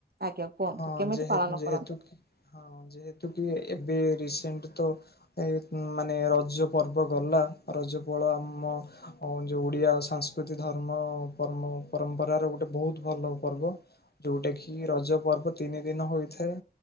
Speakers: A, on the right; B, on the left.
A: ଆଜ୍ଞା କୁହନ୍ତୁ
B: ହଁ
A: କେମିତି
B: ଯେହେ
A: ପାଳନ
B: ଯେହେତୁ
A: କରନ୍ତି?
B: କି ହଁ ଯେହେତୁ ଟିକେ ଏବେ ରିସେଣ୍ଟ ତ। ଏଇ ମାନେ ରଜ ପର୍ବ ଗଲା ରଜ ପଳ ଆମ ଅ ଯୋଉ ଓଡିଆ ସଂସ୍କୃତି ଧର୍ମ ପରମ ପରମ୍ପରାର ଗୋଟେ ବହୁତ ଭଲ ପର୍ବ। ଯୋଉଟା କି ରଜ ପର୍ବ ତିନି ଦିନ ହୋଇଥାଏ